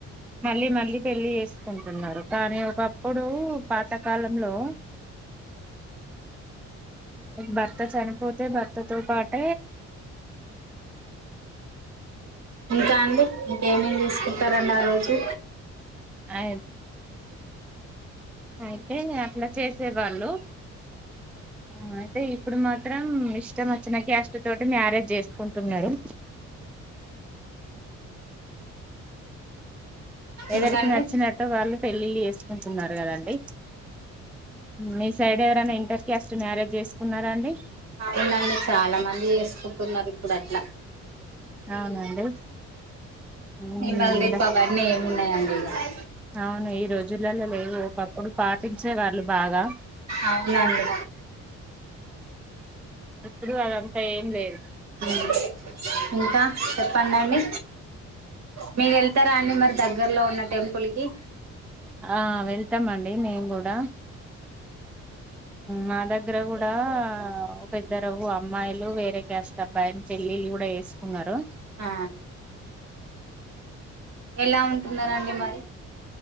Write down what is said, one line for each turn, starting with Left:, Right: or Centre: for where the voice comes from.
Centre: మళ్ళీ మళ్ళీ పెళ్ళి చేస్త కుంటున్నారు కానీ ఒకప్పుడు పాతకాలంలో ఇ భర్త చనిపోతే భర్త త పాట
Right: ఇంకా అండి మీక ఏమేమి చేసుకుంటారంండి ఆ రోజు
Centre: అ అయితే అట్లా చేసే వాళ్ళు ఉమ్ అయితే ఇప్పుడు మాత్రం ఇష్టం వచ్చిన గ్యాస్ట్ తోటి మ్యారేజ్ చేసుకుంటున్నారు ఏవిరికి
Right: ఇంకా అండి
Centre: నచ్చినట్ వాళ్ళు పెళ్ళళ్ళ చేసుకుంటున్నారు కదండి మీ సైడివరనా ఇంటర్ కస్ట్ మ్యారేజ్ చేసుకున్నార అండి
Right: అవునీ చాలా మంది చేసుకుంటున్నారు ఇప్పుడు అట్లా
Centre: అవునండి ఉమ్
Right: మమళది పవన్నీ ఏమిన్నాయండి అ
Centre: అవును ఈ రోజులలో లేదు ఒకప్పుడు పాటించే వాళ్ళు బాగా
Right: అవునా అండి
Centre: ఇప్పుడు అదంతా ఏం లేదు
Right: ఉమ్ ఇంకా చెప్పడిండి మీరు వెళ్తారా అండి మరి దగ్గరలో ఉన్న టెంపుల్కి
Centre: ఆ వెళ్తాం అండి మేము కూడా మా దగ్గర కూడా ఒక ఇద్దరు అమ్మాయిలు వేరే కస్ట్ అబ్బాయిని పెళ్ళిళ్ళ కూడా వేసుకున్నారు
Right: ఆ ఎలా ఉంటున్నారా అండి మరి